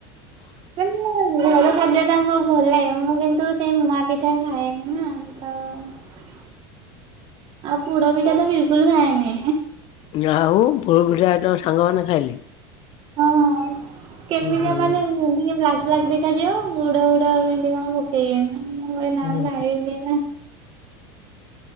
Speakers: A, on the right (about 45°); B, on the left (about 50°).
A: ଏ ମୁଁ ଘର ଖାଦ୍ୟ ତାଙ୍କୁ ଭଲ ଲାଗେ ମୁଁ କିନ୍ତୁ ସେଇ ମୁଆଁ ପିଠା ଖାଏନି ନା। ହଁ ଆଉ ପୋଡ ପିଠା ତ ବିଲକୁଲ ଖାଏନି।
B: ଯାହା ହଉ ପୋଡ ପିଠା ତୋ ସାଙ୍ଗମାନେ ଖାଇଲି।
A: ହଁ ହଁ କେମିତିଆ
B: ହୁଁ।
A: ମାନେ ଟିକେ ବ୍ଲାକ୍ ବ୍ଲାକ୍ ଦେଖାଯିବ ବୁଢା ବୁଢା ଭେଣ୍ଡି କଣ ପ ସେଇ ମୁଁ ମୁଁ କହିଲି ନା
B: ହୁଁ
A: ମୁଁ ଖାଇବିନି ନା।